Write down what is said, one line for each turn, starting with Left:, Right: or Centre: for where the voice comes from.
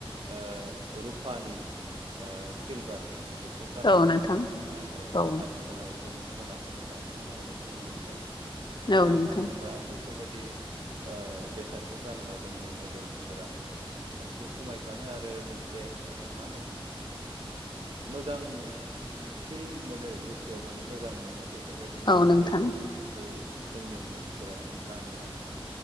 Right: ओ रुपानि ओ सिलभार बेखौ गाननाय
Left: औ
Right: जायोमोन
Left: नोंथां
Right: नाथाय
Left: औ
Right: आथिखालाव जों सनाखौनो बांसिन बाहायनायखौ नुनो मोनो।
Left: औ
Right: दा
Left: नोंथां
Right: मानो होमबा बे फोरबायदि ओ बेसादखौ गानोबा जोंनि मोदोमफोरा मोनसे समायखाङो आरो मोनसे ओ मा होनो मोजां फिल मोनो गोसोआव माने मोजां मोनो बेफोरबायदिनि
Left: औ नोंथां
Right: थाखाय जों बेफोरखौ जोंनि मानसिफोरा गानो आरो